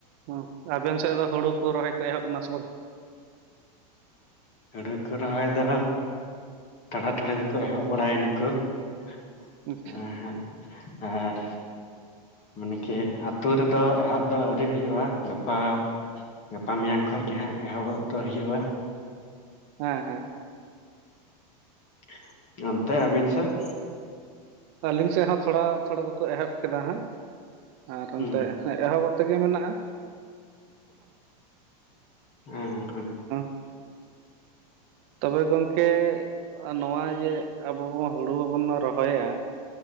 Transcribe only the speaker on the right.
ᱦᱚᱸ ᱟᱵᱮᱱ ᱥᱮᱫ ᱫᱚ ᱦᱩᱲᱩ ᱠᱚ ᱨᱚᱦᱚᱭ ᱠᱚ ᱮᱦᱚᱵ ᱮᱱᱟ ᱥᱮ ᱵᱟᱝ?
ᱟᱪᱪᱷᱟ
ᱦᱮᱸᱻᱦᱮᱸᱻ
ᱟᱹᱞᱤᱧ ᱥᱮᱫ ᱦᱚᱸ ᱛᱷᱚᱲᱟ ᱛᱷᱚᱲᱟ ᱫᱚᱠᱚ ᱮᱦᱚᱵ ᱠᱮᱫᱟ ᱦᱟᱸᱜ ᱟᱨ
ᱮᱱᱛᱮᱜ ᱦᱮᱸ ᱮᱦᱚᱵᱚᱜ ᱛᱮᱜᱮ ᱢᱮᱱᱟᱜᱼᱟ᱾
<unintelligible> ᱛᱚᱵᱮ ᱜᱚᱝᱠᱮ ᱱᱚᱣᱟ ᱡᱮ ᱟᱵᱚ ᱵᱚᱱ ᱦᱩᱲᱩ ᱵᱟᱹᱵᱚᱱ ᱨᱚᱦᱚᱭᱟ?